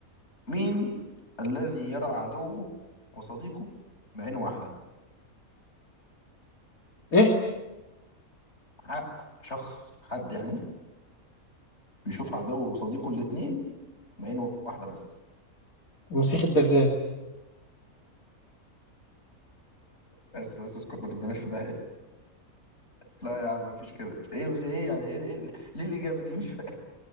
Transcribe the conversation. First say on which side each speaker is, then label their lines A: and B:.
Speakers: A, on the left; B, on the left.
A: مين الذي يرى عدوه وصديقه بعين واحدة
B: ايه
A: حق شخص حد يعني بيشوف عدوه وصديقه الاتنين بعين واحدة بس
B: المسيح الدجال
A: بس بس اسكت ما تبدناش في ده لا يا عم مفيش كده ايه بس ايه يعني ايه, إيه ليه الاجابه دي مش فاهم